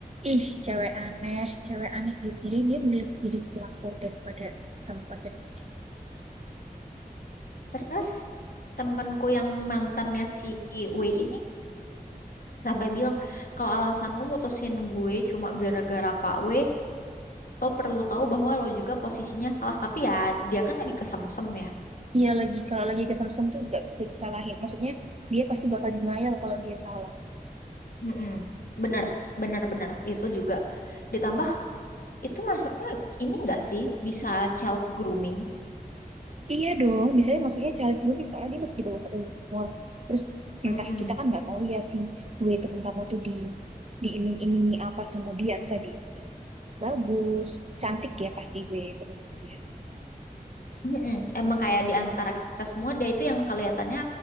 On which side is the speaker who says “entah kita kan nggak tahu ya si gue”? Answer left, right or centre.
Right